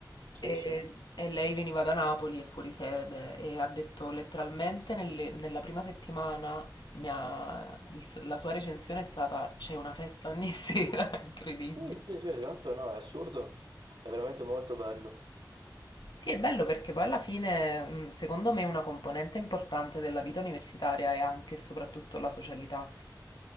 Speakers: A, on the right; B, on the left.
A: Sì,
B: e,
A: sì.
B: e lei veniva da Napoli, è fuori sede e ha detto letteralmente nelle- nella prima settimana mi ha- il su- la sua recensione è stata c'è una festa ogni <laughs> sera, incredibile.
A: Sì, sì, sì, esatto, no, è assurdo, è veramente molto bello.
B: Sì, è bello perché poi alla fine, un- secondo me, una componente importante della vita universitaria è anche e soprattutto la socialità.